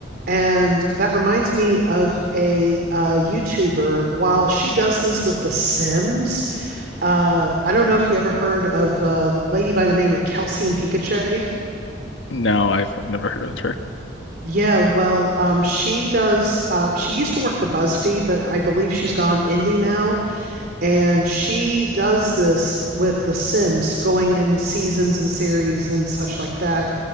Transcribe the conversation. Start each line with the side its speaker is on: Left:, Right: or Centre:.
Right: And that reminds me of a uh, YouTuber. While she does this with The Sims, uh, I don't know if you ever heard of a lady by the name of Kelsey and Pikachu.
Left: No, I've I've never heard of her.
Right: Yeah, well, um, she does. Uh, she used to work for BuzzFeed, but I believe she's gone indie now. And she does this with The Sims, going in seasons and series and such like that.